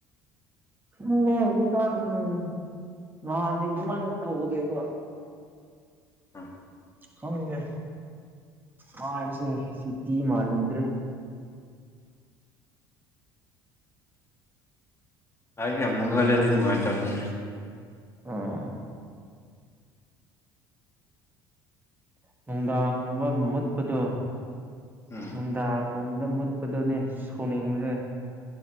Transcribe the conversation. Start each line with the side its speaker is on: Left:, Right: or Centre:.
Right: ꯎꯝꯅꯦ ꯍꯧꯖꯤꯀꯥꯟ ꯎꯝ ꯅꯍꯥꯟꯗꯤ ꯑꯗꯨꯃꯥꯏꯅ ꯇꯧꯗꯦꯕ
Left: ꯑꯥ
Right: ꯈꯪꯗꯦ ꯃꯥꯏꯁꯦ ꯁꯤꯇꯤ ꯃꯥꯜꯂꯨꯗ꯭ꯔꯦ
Left: ꯂꯥꯏꯠ ꯌꯥꯝ ꯃꯨꯠꯀꯜꯂꯗꯤ ꯅꯨꯡꯉꯥꯏꯇꯕꯅꯤꯅꯦ
Right: ꯑꯣ ꯑꯣ ꯅꯨꯡꯗꯥꯡꯕ ꯃꯨꯠꯄꯗꯣ
Left: ꯎꯝ
Right: ꯅꯨꯡꯗꯥꯡꯒꯨꯝꯕꯗ ꯃꯨꯠꯄꯗꯨꯅꯦ ꯁꯧꯅꯤꯡꯕꯖꯦ